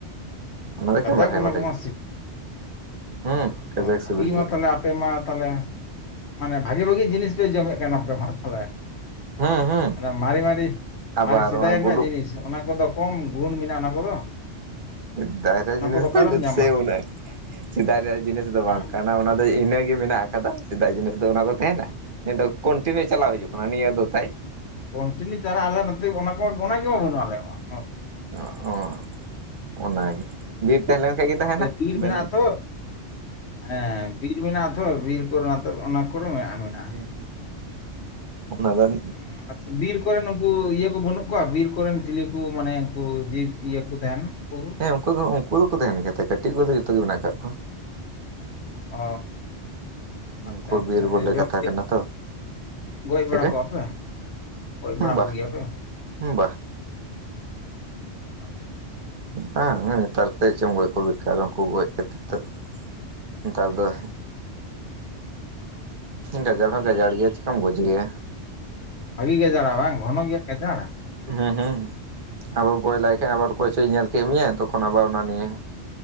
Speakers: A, on the right; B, on the left.
A: ᱚᱱᱟ ᱫᱚ
B: ᱠᱟᱡᱟᱠ
A: ᱮᱠᱮᱱ ᱵᱟᱨᱦᱮ
B: ᱚᱱᱟ
A: ᱠᱚᱨᱮ
B: ᱠᱚᱢᱟ
A: ᱜᱮ᱾ ᱦᱩᱸ ᱠᱟᱡᱟᱠ
B: ᱚ ᱵᱷᱟᱜᱤ
A: ᱥᱤᱵᱤᱞ ᱜᱮᱭᱟ
B: ᱢᱟ ᱛᱟᱦᱚᱞᱮ ᱟᱯᱮ ᱢᱟ ᱛᱟᱦᱚᱞᱮ ᱢᱟᱱᱮ ᱵᱷᱟᱜᱤ ᱵᱷᱟᱜᱤ ᱡᱤᱱᱤᱥ ᱯᱮ ᱡᱚᱢᱮᱫ ᱠᱟᱱ ᱟᱯᱮ ᱢᱟ ᱛᱚ᱾ ᱛᱷᱟᱞᱮ,
A: ᱦᱩᱸ ᱦᱩᱸ
B: ᱚᱱᱟ ᱢᱟᱨᱮ ᱢᱟᱨᱮ
A: ᱟᱵᱟᱨ
B: ᱢᱟᱨᱮ ᱥᱮᱫᱟᱭ
A: ᱱᱚᱜᱼᱚᱭ
B: ᱨᱮᱱᱟᱜ
A: ᱵᱩᱞᱩᱜ
B: ᱡᱤᱱᱤᱥ ᱚᱱᱟ ᱠᱚᱫᱚ ᱠᱚᱢ ᱜᱩᱱ ᱢᱮᱱᱟᱜᱼᱟ ᱚᱱᱟ ᱠᱚᱫᱚ
A: ᱥᱤᱫᱫᱟᱭ ᱨᱮᱭᱟᱜ
B: ᱚᱱᱟ
A: ᱡᱤᱱᱤᱥ
B: ᱠᱚᱫᱚ ᱚᱠᱟᱨᱮᱢ
A: ᱫᱚ ᱱᱤᱛ
B: ᱧᱟᱢᱟ
A: ᱥᱮᱭ ᱢᱮᱱᱟᱜᱼᱟ ᱥᱮᱫᱟᱭ ᱨᱮᱭᱟᱜ ᱡᱤᱱᱤᱥ ᱥᱤ ᱫᱚ
B: ᱦᱮᱸ
A: ᱵᱟᱝ ᱠᱟᱱᱟ ᱚᱱᱟ ᱫᱚ ᱤᱱᱟᱹᱜᱮ ᱢᱮᱱᱟᱜ ᱟᱠᱟᱫᱟ ᱥᱮᱫᱟᱭ ᱡᱤᱱᱤᱥ ᱫᱚ ᱚᱱᱟ ᱠᱚ ᱛᱮᱦᱮᱸᱱᱟ? ᱱᱤᱭᱟᱹ ᱫᱚ ᱠᱚᱱᱴᱤᱱᱤᱭᱩ ᱪᱟᱞᱟᱣ ᱦᱤᱡᱩᱜ ᱠᱟᱱᱟ ᱱᱤᱭᱟᱹ ᱫᱚ ᱛᱟᱭ
B: ᱠᱚᱱᱴᱤᱱᱤᱭᱩ ᱪᱟᱞᱟᱜ ᱟᱞᱮ ᱱᱚᱛᱮ ᱚᱱᱟ ᱠᱚᱢᱟ ᱚᱱᱟ ᱜᱮᱢᱟ ᱵᱟᱹᱱᱩᱜ ᱟᱞᱮᱭᱟᱜ ᱢᱟ, ᱱᱚ
A: ᱚ ᱚᱸ ᱚᱱᱟᱜᱮ ᱵᱤᱨ ᱛᱮᱦᱮᱞᱮᱱ ᱠᱷᱟᱡ ᱜᱮ ᱛᱮᱦᱮᱸᱱᱟ
B: ᱵᱤᱨ
A: ᱵᱮᱱ
B: ᱢᱮᱱᱟᱜᱼᱟ ᱛᱚ ᱦᱮᱸ ᱵᱤᱨ ᱢᱮᱱᱟᱜᱼᱟ ᱛᱷᱚᱨ ᱵᱤᱨ ᱠᱚᱨ ᱚᱱᱟ ᱛᱚᱨ ᱚᱱᱟ ᱠᱚᱨᱮ ᱢᱮᱱᱟᱜᱼᱟ ᱢᱮᱱᱟᱜᱼᱟ᱾
A: ᱦᱮᱸ, ᱚᱱᱟ ᱵᱮᱱ
B: ᱚᱸ ᱟᱪᱪᱷᱟ, ᱵᱤᱨ ᱠᱚᱨᱮ ᱱᱩᱠᱩ ᱤᱭᱟᱹ ᱠᱚ ᱵᱟᱹᱱᱩᱜ ᱠᱚᱣᱟ ᱵᱤᱨ ᱠᱚᱨᱮᱱ ᱪᱤᱞᱤ ᱠᱩ ᱢᱟᱱᱮ ᱩᱱᱠᱩ ᱡᱤᱵᱽ ᱤᱭᱟᱹ ᱠᱩ ᱛᱟᱦᱮᱸᱱ ᱩᱱᱠᱩ᱾
A: ᱦᱮᱸ ᱩᱱᱠᱩ ᱫᱚ ᱩᱱᱠᱩ ᱫᱚᱠᱚ ᱛᱟᱦᱮᱸᱱ ᱜᱮᱭᱟᱛᱚ ᱠᱟᱹᱴᱤᱡ ᱠᱚᱡᱫᱚ ᱡᱚᱛᱚ ᱜᱮ ᱢᱮᱱᱟᱜ ᱟᱠᱟᱫ ᱠᱚᱣᱟ᱾
B: ᱚ
A: ᱩᱱᱠᱩ
B: ᱟᱪᱪᱷᱟ ᱟᱪᱪᱷᱟ
A: ᱵᱤᱨ ᱵᱚᱞᱮ
B: ᱡᱚᱢ
A: ᱠᱟᱛᱷᱟ ᱠᱟᱱᱟ ᱛᱚ
B: ᱜᱚᱡ ᱵᱟᱲᱟ
A: ᱪᱤᱠᱟᱹ
B: ᱠᱚᱣᱟ ᱯᱮ? ᱜᱚᱪ ᱵᱟᱲᱟ
A: ᱵᱟ
B: ᱠᱚᱜᱮ ᱭᱟᱯᱮ
A: ᱵᱟ
B: ᱟᱪᱪᱷᱟ᱾
A: ᱵᱟᱝ ᱱᱮᱛᱟᱨ ᱛᱮ ᱪᱚᱢ ᱜᱚᱪ ᱠᱚ ᱵᱮᱠᱟᱨ ᱩᱱᱠᱩ ᱜᱚᱪ ᱠᱟᱛᱮᱫ ᱫᱚ᱾ ᱱᱮᱛᱟᱨ
B: ᱦᱮᱸ
A: ᱫᱚᱼᱼ ᱜᱟᱡᱟᱲ ᱦᱚ ᱜᱟᱡᱟᱲ ᱜᱮᱭᱟ ᱪᱤᱠᱟᱢ ᱜᱚᱡᱮᱭᱟᱼᱼ
B: ᱵᱷᱟᱹᱜᱤ ᱜᱟᱡᱟᱲᱟ ᱵᱟᱝ ᱜᱷᱚᱱ ᱜᱮᱭᱟ ᱜᱟᱡᱟᱲᱼᱼ
A: ᱦᱩ ᱦᱩ᱾ ᱟᱵᱟᱨ ᱜᱚᱡ ᱞᱮᱭ ᱠᱷᱟᱱ ᱟᱵᱟᱨ ᱚᱠᱚᱭᱪᱚᱭ ᱧᱮᱞ ᱠᱮᱫ ᱢᱮᱭᱟ ᱛᱚᱠᱷᱚᱱ ᱟᱵᱟᱨ ᱚᱱᱟ ᱱᱤᱭᱮᱼᱼ